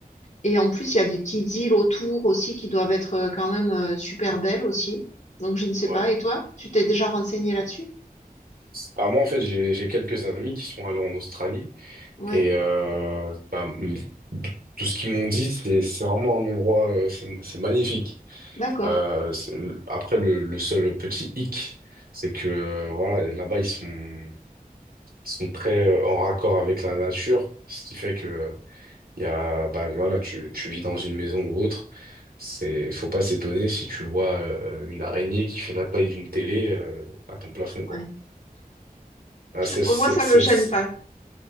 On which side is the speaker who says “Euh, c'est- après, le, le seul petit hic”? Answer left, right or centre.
Right